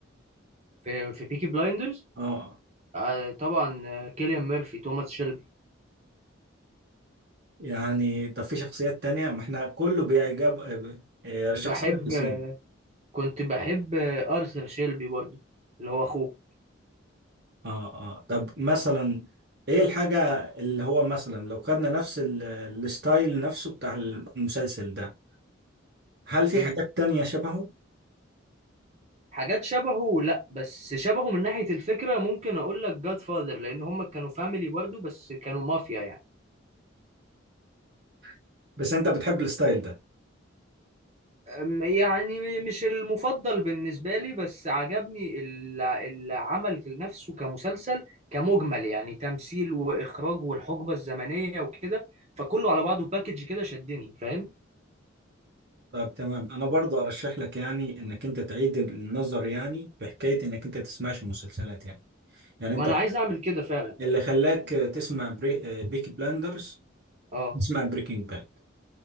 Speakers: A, on the right; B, on the right.
A: في في بيكي بلايندرز
B: اه
A: آه طبعا آه، كيليان ميرفي توماس شيلبي
B: يعني طب في شخصيات تانية ما احنا كله بيعجب آه،
A: بحب
B: شخصية بتسين
A: آه، كنت بحب آه، ارثر شيلبي برضو اللي هو اخوه
B: اه اه طب مثلا ايه الحاجة اللي هو مثلا لو خدنا نفس ال- الستايل نفسه بتاع المسلسل ده هل في
A: مم.
B: حاجات تانية شبهه
A: حاجات شبهه لا بس شبهه من ناحية الفكرة ممكن اقول لك جاد فاذر لان هم كانوا فاميلي برضو بس كانوا مافيا يعني
B: <laughs> بس انت بتحب الستايل ده
A: أم- يعني مش المفضل بالنسبة لي بس عجبني ال- العمل نفسه كمسلسل كمجمل يعني تمثيل وإخراج والحقبة الزمنية وكده فكله على بعضه باكج كده شدني فاهم
B: طب تمام انا برضو ارشح لك يعني انك انت تعيد النظر يعني في حكايه انك انت تسمعش مسلسلات يعني يعني انت
A: ما أنا عايز أعمل كده فعلا
B: اللي خلاك تسمع بري... بيكي بلاندرز
A: اه
B: تسمع بريكنج باد